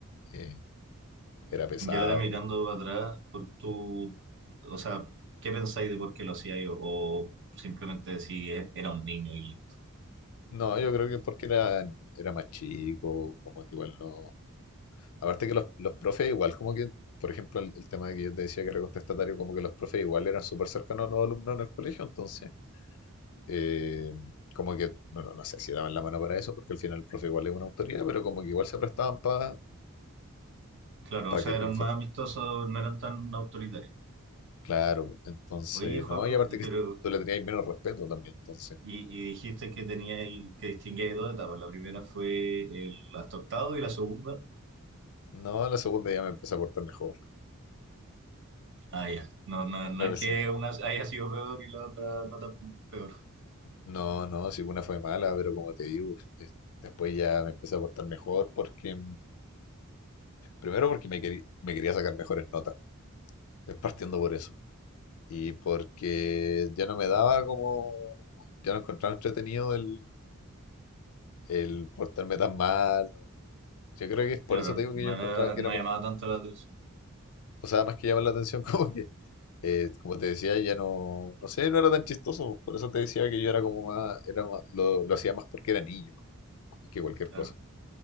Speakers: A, on the left (about 75°); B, on the right (about 55°).
A: eh, era pesado.
B: Y ahora mirando atrás, por tu, o sea, ¿qué pensáis de por qué lo hacía O, o simplemente decís, "E- era un niño y listo.
A: No, yo creo que es porque era, era más chico, como que igual no, Aparte que los, los profes igual como que, por ejemplo, el, el tema de que yo te decía que era contestatario, como que los profes igual eran súper cercanos a los alumnos en el colegio, entonces, eh, como que, no, no, no sé si daban la mano para eso, porque al final el profe igual es una autoridad, pero como que igual se prestaban para
B: Claro, o sea,
A: que
B: eran
A: tú,
B: más
A: fuer-
B: amistosos, no eran tan autoritarios.
A: claro, entonces,
B: Oye, Joaco,
A: no, y aparte
B: y,
A: que
B: pero,
A: tú le tenías menos respeto también, entonces,
B: y, y dijiste que teníais, que distinguíais dos etapas. La primera fue el hasta octavo y la segunda.
A: no, en la segunda ya me empecé a portar mejor.
B: Ah, ya. No, no, no
A: Me
B: es
A: empecé-
B: que una haya sido peor y la otra no tan peor.
A: no, no, si una fue mala, pero como te digo, es- después ya me empecé a portar mejor porque... Primero porque me, querí- me quería sacar mejores notas, eh, partiendo por eso. Y porque ya no me daba como, ya no encontraba entretenido el, el portarme tan mal. o- Yo creo que es por
B: Claro,
A: eso te digo que
B: no
A: yo
B: era,
A: encontraba que
B: no
A: era porque,
B: llamaba tanto la atención.
A: o sea, más que llamar la atención, <laughs> como que, eh, como te decía, ya no, no sé, no era tan chistoso. Por eso te decía que yo era como más, era más- lo, lo hacía más porque era niño, más que cualquier
B: Claro.
A: cosa.